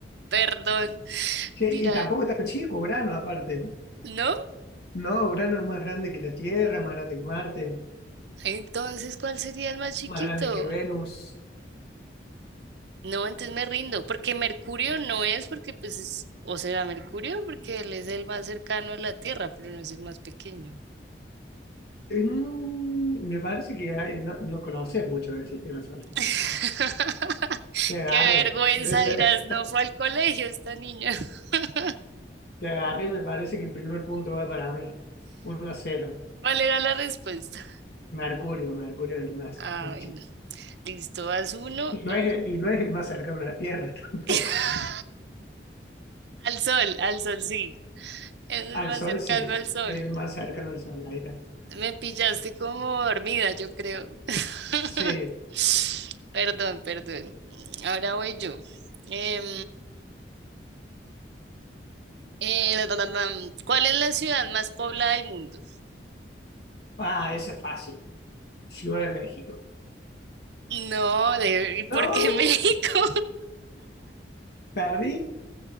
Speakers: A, on the right; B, on the left.
A: Perdón,
B: Che,
A: dirán,
B: y tampoco es tan chico Urano, aparte.
A: ¿no?
B: No, Urano es más grande que la Tierra, más grande que Marte,
A: Entonces, ¿cuál sería el más chiquito?
B: más grande que Venus.
A: No, entonces me rindo, porque Mercurio no es, porque pues es, o será Mercurio, porque él es el más cercano a la Tierra, pero no es el más pequeño.
B: Eh, Mm, me parece que hay- no, no conoces mucho del sistema solar.
A: <laughs>
B: Te agarré.
A: Qué vergüenza,
B: Te, te-
A: dirás, no fue al colegio esta niña. <laughs>
B: te agarré, me parece que el primer punto va para mí. Uno a cero.
A: ¿Cuál era la respuesta?
B: Mercurio, Mercurio es el más,
A: Ah,
B: más
A: bueno,
B: chico.
A: listo, haz uno
B: Y no
A: y
B: es, y no es el más cercano a la Tierra <laughs> tampoco.
A: <laughs> al sol, al sol, sí, es el
B: Al
A: más
B: Sol
A: cercano
B: sí,
A: al sol.
B: es el más cercano al Sol, la ira.
A: Me pillaste como dormida, yo creo. <laughs>
B: Sí.
A: Perdón, perdón. Ahora voy yo. Em, eh, da, da, da, dam. ¿cuál es la ciudad más poblada del mundo?
B: Ah, ese es fácil. Ciudad de México.
A: No, de, ¿y por
B: No,
A: qué <laughs> México?
B: perdí.